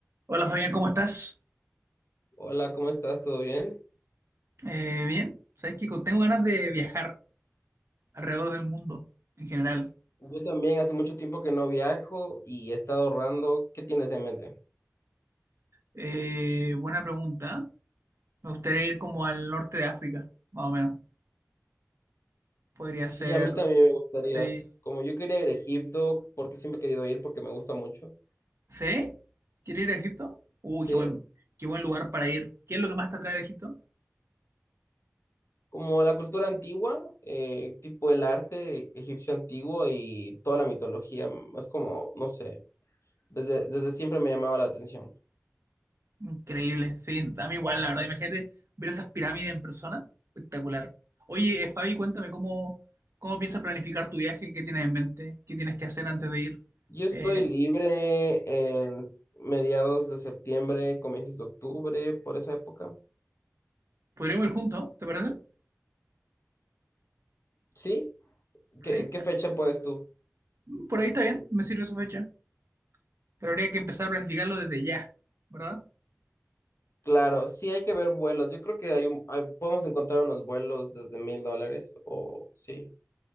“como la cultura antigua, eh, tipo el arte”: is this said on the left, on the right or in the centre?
Left